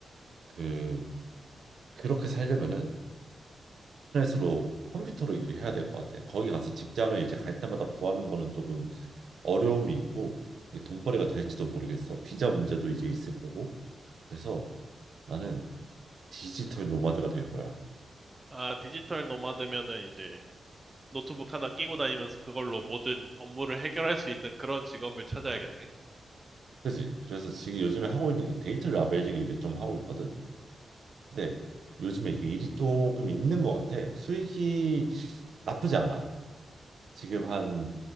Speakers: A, on the right; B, on the right.
A: 그 그렇게 살려면은 인터넷으로 컴퓨터로 일을 해야 될 것 같아 거기 가서 직장을 이제 갈 때마다 구하는 거는 조금 어려움이 있고 이게 돈벌이가 될지도 모르겠어 비자 문제도 이제 있을 거고 그래서 나는 디지털 노마드가 될 거야.
B: 아, 디지털 노마드면은 이제 노트북 하나 끼고 다니면서 그걸로 모든 업무를 해결할 수 있는 그런 직업을 찾아야겠네.
A: 그지? 그래서 지금 요즘에 하고 있는 게 데이터 라벨링 일을 좀 하고 있거든. 근데 요즘에 이게 일이 조금 있는 것 같아. 수익이 나쁘지 않아. 지금 한